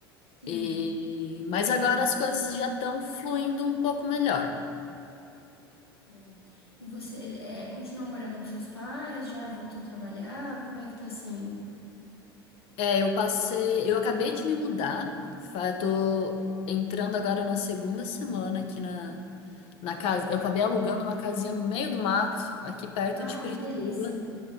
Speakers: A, on the left (about 80°); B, on the left (about 50°).
A: Sim.
B: E... Mas agora as coisas já estão fluindo um pouco melhor.
A: É. E você é, continua morando com seus pais? Já voltou a trabalhar? Como é que tá sendo?
B: É, eu passei, eu acabei de me mudar, fa- eu tô entrando agora na segunda semana aqui na, na casa. Eu acabei alugando uma casinha no meio do mato, aqui perto
A: Ah,
B: de Curitiba.
A: que delícia!